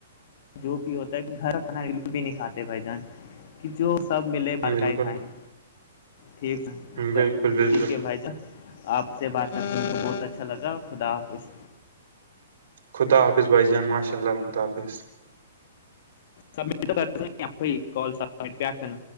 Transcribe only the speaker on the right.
بالکل
بالکل بالکل
خدا حافظ بس ج ماشاء اللہ خدا حافظ